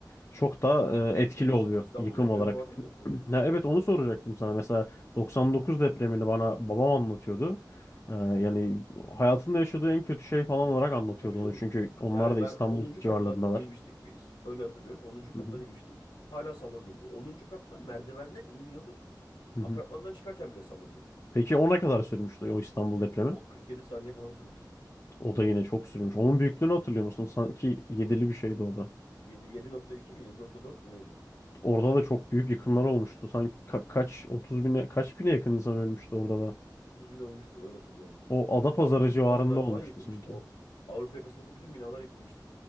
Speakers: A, on the left; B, on the left.
A: çok daha e, etkili
B: e, İs-
A: oluyor
B: İstanbul
A: yıkım
B: depremi
A: olarak.
B: vardı
A: <clears throat>
B: ya 99'da
A: Ya
B: Gölcük
A: evet onu
B: depremi.
A: soracaktım sana. Mesela 99 depremini bana babam anlatıyordu. Ee, yani hayatında yaşadığı en kötü şey falan olarak anlatıyordu
B: Tabii canım.
A: onu çünkü onlar
B: Yani
A: da
B: ben
A: İstanbul
B: onuncu
A: civarlarındalar.
B: kattan inmiştik biz. Öyle hatırlıyorum. onuncu
A: Hı
B: kattan
A: hı.
B: inmiştik. Hala sallanıyordu. Onuncu katta merdivenden iniyorduk.
A: Hı hı.
B: Apartmandan çıkarken bile sallanıyordu.
A: Peki o ne kadar sürmüştü o İstanbul depremi?
B: O 47 saniye falan sürmüştü.
A: O da yine çok sürmüş. Onun büyüklüğünü hatırlıyor musun? Sanki yedili bir şeydi o da.
B: 7, 7.2 mi 7.4 mü neydi?
A: Orada da çok büyük yıkımlar olmuştu. Sanki ka- kaç 30 bine kaç bine yakın insan ölmüştü orada da.
B: 30 bin ölmüştü öyle hatırlıyorum ben.
A: O Adapazarı
B: Ya bütün
A: civarında
B: avcılar
A: olmuştu
B: falan yıkılmıştı.
A: sanki.
B: O Avrupa yakasındaki bütün binalar yıkılmıştı.